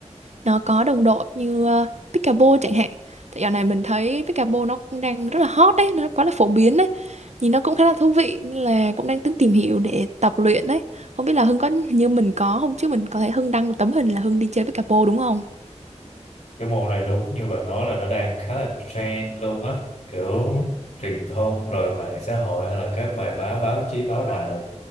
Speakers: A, on the right (about 70°); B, on the left (about 70°).
A: nó có đồng đội như ờ, pickleball chẳng hạn tại dạo này mình thấy pickleball nó cũng đang rất là hot đấy nó quá là phổ biến đấy nhìn nó cũng khá là thú vị nên là cũng đang tính tìm hiểu để tập luyện đấy không biết là Hưng có như mình có không chứ mình có thấy Hưng đăng một tấm hình là Hưng đi chơi pickleball đúng không
B: cái môn này đúng như bạn nói là nó đang khá là trend luôn á kiểu truyền thông rồi mạng xã hội hay là các bài báo báo chí báo đài là